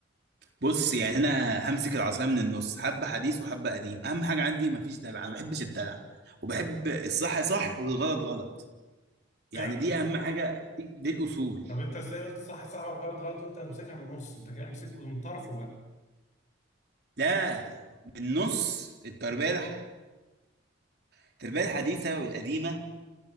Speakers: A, on the right; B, on the left.
A: بص يعني أنا همسك العصاية من النص حبة حديث وحبة قديم أهم حاجة عندي مفيش دلع أنا ما بحبش الدلع وبحب الصح صح والغلط غلط يعني
B: فعلا
A: دي أهم حاجة دي, دي الأصول
B: طب انت ازاي قلت صح صح وغلط غلط وانت همسكها من النص انت كده مسكه من طرفه بقى
A: لا بالنص التربية الح... التربية الحديثة والقديمة